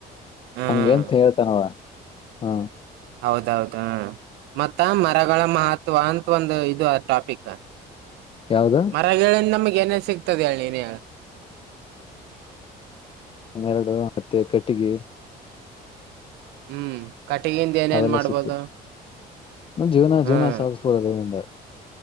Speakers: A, on the right; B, on the left.
A: ಹ್ಮ್
B: ಹಂಗೆಂತ ಹೇಳ್ತಾನವ ಹಾ
A: ಹೌದೌದ ಮತ ಮರಗಳ ಮಾಹತ್ ಅವಾ ಅಂತ ಒಂದು ಇದು ಟಾಪಿಕ್
B: ಯಾವ್ದ
A: ಮರನ್ನ ನಮಗೆ ನ ಸಿಕ್ತ ದಳ ನ
B: ಹನ್ನೆರಡು ಮತ್ತೆ ಕಟ್ಟಿಗೆಿ
A: ಹ್ಮ್ ಕಟಗಿಯಿಂದ ಏನೇನ್
B: ಅವೆಲ್ಲ
A: ಮಾಡ್ಬೋದು
B: ಸಿಕ್ತು ನಮ ಜೀವನ
A: ಹ್ಮ್
B: ಜೀವನ ಸಾಗಿಸ್ಬೋದು ಅದರಿಿಂದ